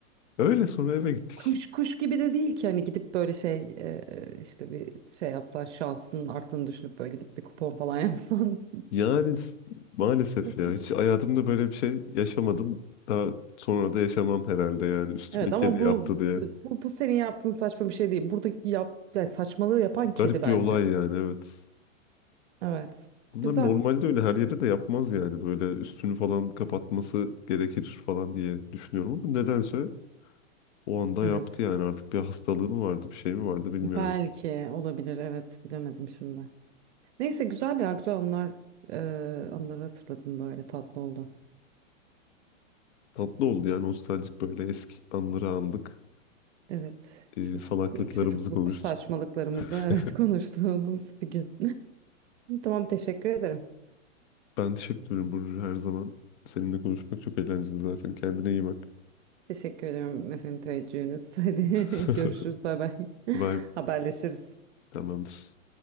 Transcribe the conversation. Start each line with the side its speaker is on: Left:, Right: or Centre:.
Left: Öyle sonra eve gittik.
Right: Kuş kuş gibi de değil ki hani gidip böyle şey e, işte bir şey yapsan şansın arttığını düşünüp böyle gidip bir kupon falan yapsan.
Left: Yani s- maalesef
Right: <laughs>
Left: ya hiç hayatımda böyle bir şey yaşamadım. Daha sonra da yaşamam herhalde yani üstüme
Right: Evet
Left: kedi
Right: ama
Left: yaptı
Right: bu
Left: diye.
Right: bu, bu senin yaptığın saçma bir şey değil. Buradaki yap yani saçmalığı yapan
Left: Çok
Right: kedi
Left: garip
Right: bence.
Left: bir olay yani evet.
Right: Evet.
Left: Bunlar
Right: Güzel.
Left: normalde öyle her yere de yapmaz yani böyle üstünü falan kapatması gerekir falan diye düşünüyorum ama nedense o anda
Right: Evet.
Left: yaptı yani artık bir hastalığı mı vardı bir şey mi vardı bilmiyorum.
Right: Belki olabilir. Evet. Bilemedim şimdi. Neyse güzel ya güzel anlar e, anları hatırladım böyle tatlı oldu.
Left: Tatlı oldu yani nostaljik böyle eski anları andık.
Right: Evet.
Left: Ee,
Right: Çocuk
Left: salaklıklarımızı
Right: çocukluk
Left: konuştuk.
Right: saçmalıklarımızı
Left: <laughs>
Right: evet <laughs> konuştuğumuz bir gün. Tamam teşekkür ederim.
Left: Ben teşekkür ederim Burcu her zaman. Seninle konuşmak çok eğlenceli zaten. Kendine iyi bak.
Right: Teşekkür ediyorum efendim teveccühünüz. <laughs> Hadi
Left: <laughs>
Right: görüşürüz bay bay. <laughs>
Left: Bye.
Right: Haberleşiriz.
Left: Tamamdır.